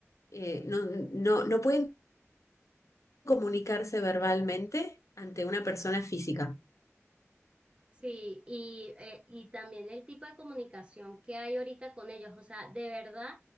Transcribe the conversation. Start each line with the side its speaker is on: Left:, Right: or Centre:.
Left: eh, no, no, no pueden comunicarse verbalmente ante una persona física.
Right: Sí, y, eh, y también el tipo de comunicación que hay ahorita con ellos, o sea, de verdad